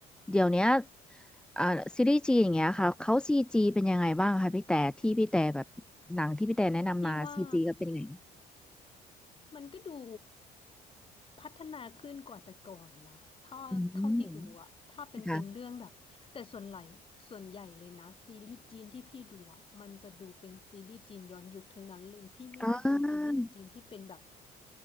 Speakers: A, in the centre; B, on the left.
A: เดี๋ยวเนี้ยอ่าซีรีส์จีนอย่างเงี้ยค่ะเขาซีจีเป็นยังไงบ้างคะพี่แต่ที่พี่แต่แบบหนังที่พี่แต่แนะนำมาซีจีก็เป็นยังไง
B: พี่ว่า มันก็ดูพัฒนาขึ้นกว่าแต่ก่อนนะถ้าเท่าที่ดูอะถ้าเป็นเป็นเรื่องแบบแต่ส่วนใหญ่ส่วนใหญ่เลยนะซีรีส์จีนที่พี่ดูอะมันจะดูเป็นซีรีส์จีนย้อนยุคทั้งนั้นเลยพี่ไม่ได้ดูซีรีส์จีนที่เป็นแบบ
A: อืม ค่ะอ่า